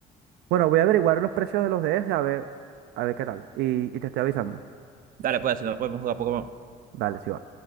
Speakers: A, on the right; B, on the right.
A: Bueno, voy a averiguar los precios de los DS a ver, a ver qué tal. Y, y te estoy avisando.
B: Dale, pues, si no podemos jugar Pokémon.
A: Dale, sí va.